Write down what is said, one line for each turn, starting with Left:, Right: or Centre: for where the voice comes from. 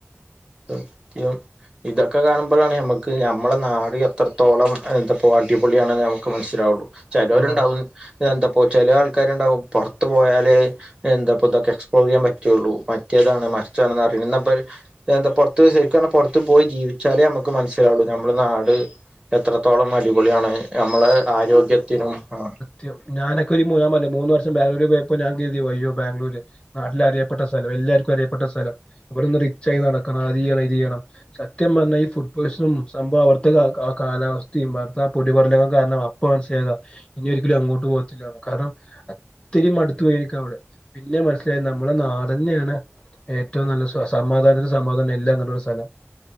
Right: സത്യം ഇതൊക്കെ കാണുമ്പളാണ് ഞമ്മക് ക്ക് ഞമ്മളെ നാട് എത്രത്തോളം എന്താപ്പോ അടിപൊളി ആണെന്ന് ഞമ്മക്ക് മനസിലാവുള്ളു. ചെലോല്ണ്ടാവും
Left: ആ
Right: എന്തപ്പോ ചെല ആൾക്കാര്ണ്ടാവും പൊറത്തു പോയാല് എന്തപ്പോ ഇതൊക്കെ എക്സ്പ്ലോർ ചെയ്യാൻ പറ്റൊള്ളൂ മറ്റേതാണ് മറിച്ചതാണ് പറയണ്. എന്ന ഇബല് എന്താ പൊറത്ത് ശരിക്ക് പറഞ്ഞ പൊറത്ത് പോയി ജീവിച്ചാലേ ഞമ്മക്ക് മനസ്സിലാവുള്ളൂ ഞമ്മളെ നാട് എത്രത്തോളം അടിപൊളിയാണ് ഞമ്മളെ ആരോഗ്യത്തിനും ആഹ്
Left: ത്യം. ഞാനൊക്കെ ഒരു ഞാൻ പറഞ്ഞില്ലേ മൂന്ന് വർഷം ബാംഗ്ലൂര് പോയപ്പോ ഞാൻ കരുതി അയ്യോ ബാംഗ്ലൂര് നാട്ടിൽ അറിയപ്പെട്ട സ്ഥലം എല്ലാർക്കും അറിയപ്പെട്ട സ്ഥലം ഇവിടൊന്ന് റിച്ചായി നടക്കണം അതെയ്യണം ഇതെയ്യണം സത്യം പറഞ്ഞ ഈ ഫുഡ് പോയ്സണും സംഭവ അവട്ത്ത ആ കാലാവസ്ഥയും അവടത്താ പൊടി ടി പടലങ്ങളും കാരണം അപ്പ മനസ്സിലായതാ ഇനി ഒരിക്കലും അങ്ങോട്ട് പോകത്തില്ലാന്ന്, കാരണം അത്തിരിം മടുത്തു പോയി എനിക്കവിടെ. പിന്നെ മനസ്സിലായി നമ്മളെ നാടന്നേണ് ഏറ്റവും നല്ല സ സമാധാനത്തിന് സമാധാനം, എല്ലാം നല്ലൊരു സ്ഥലം.